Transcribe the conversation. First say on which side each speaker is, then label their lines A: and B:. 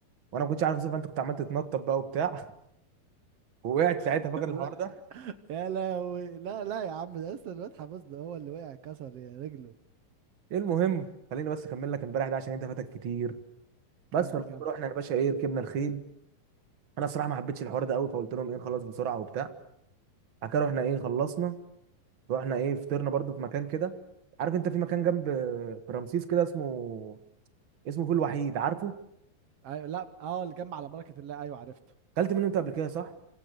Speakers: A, on the right (about 45°); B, on the right (about 60°).
A: وانا ما كنتش عارف اسوق فانت كنت عمال تتنطط بقى وبتاع <laughs> ووقعت ساعتها
B: <laughs>
A: فاكر
B: لا
A: الحوار ده
B: يا لهوي لا لا يا عم ده لسه الواد حبصده هو اللي وقع كسر رجله
A: إيه المهم خليني بس اكمل لك امبارح ده عشان انت فاتك كتير
B: كمل
A: بس فلما
B: كمل
A: رحنا يا باشا ايه ركبنا الخيل انا الصراحه ما حبيتش الحوار ده قوي فقلت لهم ايه نخلص بسرعه وبتاع بعد كده رحنا ايه خلصنا رحنا ايه فطرنا برضو في مكان كده عارف انت في مكان جنب في رمسيس كده اسمه اسمه فول وحيد
B: أ-
A: عارفه
B: أيوة لا اه اللي جنب على بركه الله ايوه عرفته
A: اكلت منه انت قبل كده صح